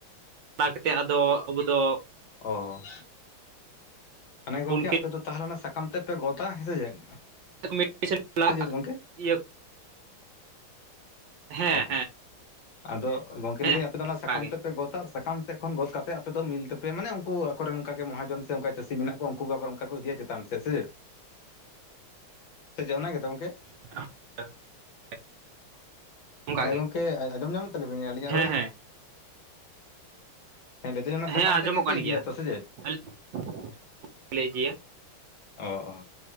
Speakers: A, on the right; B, on the left.
A: ᱠᱟᱛᱮᱫ ᱟᱫᱚ ᱟᱵᱚ ᱫᱚ
B: ᱚᱻ ᱢᱟᱱᱮ
A: ᱵᱚᱱ
B: ᱜᱚᱝᱠᱮ ᱟᱯᱮ ᱫᱚ ᱛᱟᱦᱚᱞᱮ ᱚᱱᱟ ᱥᱟᱠᱟᱢ ᱛᱮᱫᱯᱮ ᱜᱚᱫᱟ ᱦᱮᱸᱥᱮ ᱪᱮᱫ᱾
A: <unintelligible>
B: ᱥᱮ ᱪᱮᱫ ᱜᱚᱝᱠᱮ
A: ᱦᱮᱸ
B: ᱚ ᱟᱫᱚ ᱜᱚᱢᱠᱮ
A: ᱦᱮᱸ
B: ᱞᱤᱫᱟᱹᱧ
A: ᱦᱮᱸ
B: ᱟᱯᱮ ᱫᱚ ᱚᱱᱟ
A: ᱚᱱᱠᱟ
B: ᱥᱟᱠᱟᱢ
A: ᱜᱮ
B: ᱛᱮᱫᱯᱮ ᱜᱚᱫᱟ ᱥᱟᱠᱟᱢ ᱥᱮᱫ ᱠᱷᱚᱱ ᱜᱚᱫ ᱠᱟᱛᱮ ᱟᱯᱮ ᱢᱤᱞ ᱛᱮᱯᱮ ᱢᱟᱱᱮ ᱩᱱᱠᱩ ᱟᱠᱚᱨᱮᱱ ᱚᱱᱠᱩ ᱜᱮ ᱢᱚᱦᱟᱡᱚᱱ ᱥᱮ ᱚᱱᱠᱟ ᱪᱟᱹᱥᱤ ᱢᱮᱱᱟᱜ ᱠᱚᱣᱟ ᱩᱱᱠᱩ ᱜᱮ ᱛᱟᱯᱚᱨ ᱚᱱᱠᱟ ᱠᱚ ᱤᱫᱤᱭᱟ ᱪᱮᱛᱟᱱ ᱥᱮᱫ ᱥᱮᱪᱮᱫ
A: <unintelligible>
B: ᱥᱮ ᱪᱮᱫ ᱚᱱᱟ ᱜᱮᱛᱚ ᱜᱚᱢᱠᱮ?
A: <unintelligible> ᱚᱱᱠᱟ
B: ᱦᱮᱸ
A: ᱜᱮ
B: ᱜᱚᱝᱠᱮ ᱟᱸᱡᱚᱢ ᱧᱟᱢᱮᱫ ᱛᱟᱞᱤᱧ ᱵᱮᱱ ᱟᱹᱞᱤᱧᱟᱜ
A: ᱦᱮᱸ
B: ᱨᱚᱲ?
A: ᱦᱮᱸ
B: ᱦᱮᱸ ᱞᱟᱹᱭ ᱫᱟᱹᱞᱤᱧ ᱚᱱᱟ ᱥᱟᱠᱟᱢ
A: ᱦᱮᱸ ᱟᱸᱡᱚᱢᱚᱜ
B: ᱛᱮᱜ ᱜᱮ
A: ᱠᱟᱱ
B: ᱯᱮ
A: ᱜᱮᱭᱟ
B: ᱤᱫᱤᱭᱟᱛᱚ ᱥᱮ ᱪᱮᱫ?
A: <unintelligible>
B: ᱚ ᱚ,